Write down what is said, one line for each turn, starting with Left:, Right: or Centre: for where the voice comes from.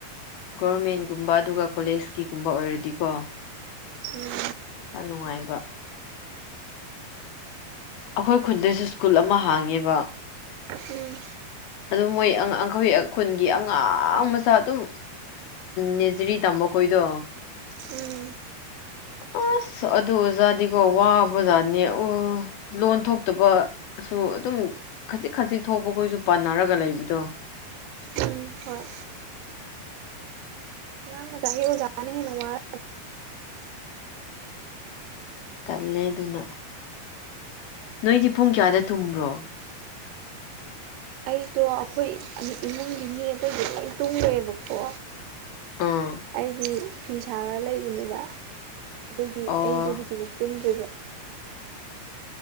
Left: ꯎ ꯒꯣꯚꯔꯃꯦꯟꯒꯨꯝꯕ ꯑꯗꯨꯒ ꯀꯣꯂꯦꯁꯀꯤꯒꯨꯝꯕ ꯑꯣꯏꯔꯗꯤꯀꯣ
Right: ꯎꯝ
Left: ꯌꯥꯝ ꯅꯨꯡꯉꯥꯏꯕ ꯑꯩꯈꯣꯏ ꯈꯨꯟꯗꯩꯁꯨ ꯁ꯭ꯀꯨꯜ ꯑꯃ ꯍꯥꯡꯉꯦꯕ
Right: ꯎꯝ
Left: ꯑꯗꯨꯝ ꯃꯣꯏꯥꯡ ꯑꯩꯈꯣꯏ ꯈꯨꯟꯒꯤ ꯑꯉꯥꯡ ꯃꯆꯥ ꯑꯗꯨꯝ ꯅꯦꯖꯔꯤ ꯇꯝꯃ ꯑꯣ ꯀꯣꯏꯗꯣ
Right: ꯎꯝ
Left: <unintelligible> ꯑꯁ ꯑꯗꯨ ꯑꯣꯖꯥꯗꯤꯀꯣ ꯋꯥꯕꯖꯥꯠꯅꯦ ꯑꯣ ꯂꯣꯟ ꯊꯣꯛꯇꯕꯁꯨ ꯑꯗꯨꯝ ꯈꯖꯤꯛ ꯈꯖꯤꯛ ꯊꯣꯛꯄꯈꯣꯏꯁꯨ ꯄꯟꯅꯔꯒ ꯂꯩꯕꯗꯣ
Right: ꯎꯝ ꯍꯣꯏ ꯥꯡ ꯃꯖꯥꯩ ꯑꯣꯖꯥꯅ ꯍꯟꯅ
Left: ꯀꯜꯂꯦ ꯑꯗꯨꯅ ꯅꯣꯏꯗꯤ ꯄꯨꯡ ꯀꯌꯥꯗ ꯇꯨꯝꯕ꯭ꯔꯣ
Right: ꯑꯩꯗꯣ ꯑꯩꯈꯣꯏ ꯏꯃꯨꯡꯒꯤ ꯃꯤ ꯑꯇꯩꯗꯤ ꯂꯣꯏ ꯇꯨꯡꯂꯦꯕꯀꯣ
Left: ꯑꯥ
Right: ꯑꯩꯗꯤ ꯐꯤ ꯁꯥꯔ ꯂꯩꯕꯅꯦꯕ ꯑꯗꯨꯒꯤ
Left: ꯑꯣ
Right: ꯑꯩꯗꯣ ꯍꯧꯖꯤꯛꯃꯛꯨ ꯇꯨꯝꯗ꯭ꯔꯤꯕ